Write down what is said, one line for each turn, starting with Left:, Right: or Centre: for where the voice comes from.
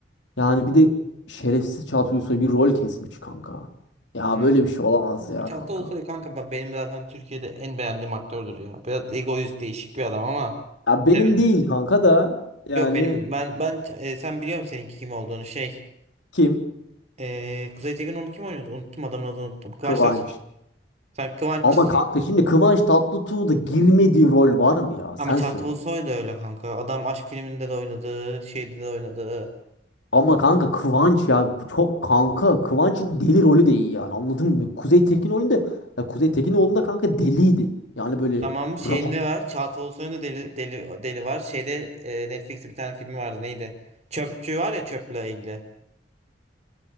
Left: Yani bir de şerefsiz Çağatay Ulusoy bir rol kesmiş kanka. Ya
Right: Aynen.
Left: böyle bir şey olamaz ya
Right: Çağatay
Left: kanka.
Right: Ulusoy kanka ben- benim zaten Türkiye'de en beğendiğim aktördür ya. Biraz egoist değişik bir adam ama.
Left: Ya benim
Right: Evet.
Left: değil kanka da yani
Right: Yok benim ben ben e, sen biliyor musun seninki kim olduğunu şey.
Left: kim?
Right: E, Kuzey Tekinoğlu kim oynuyordu? Unuttum adamın adını unuttum. Kıvanç
Left: Kıvanç.
Right: Tatlıtuğ. Sen Kıvanççı
Left: Ama kanka şimdi Kıvanç Tatlıtuğ'da girmediği rol var mı ya?
Right: Ama
Left: Sen
Right: Çağatay
Left: söyle.
Right: Ulusoy da öyle kanka. Adam aşk filminde de oynadı, şeyde de oynadı.
Left: Ama kanka Kıvanç ya bu çok kanka Kıvanç'ın deli rolü de iyi yani anladın mı? Kuzey Tekin rolünde ya Kuzey Tekinoğlu'nda kanka deliydi. Yani böyle
Right: Tamam şeyinde
Left: rahat
Right: var. Çağatay Ulusoy'un da deli, deli, deli var. Şeyde e, Netflix'te bir tane filmi vardı neydi? Çöpçü var ya çöple ilgili.